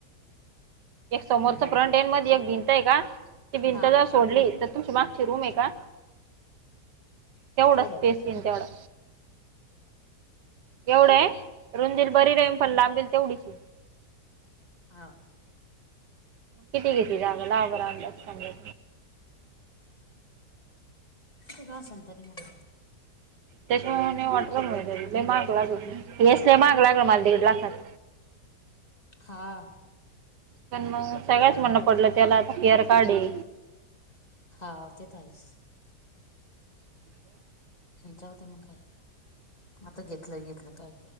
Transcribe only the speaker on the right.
एक समोरच
फ्रंट एंड मध्ये एक भिंत आहे का ती भिंत
जर
सोडली तर ती मागची रूम आहे का तेवढाच
स्पेस येईल तेवढा. एवढं आहे रुंदीला बरी राहिल, पण लांबीला तेवढीच
किती घेतली जागा लावा बरं अंदाज सांगा
त्याच्यामुळे वाटला मला लय महाग लागू राहिला हेच मागे लागलाय मला दीड लाखाला
पण मग सगळ्याच म्हणणं पडलं त्याला आता फिअर काडी
क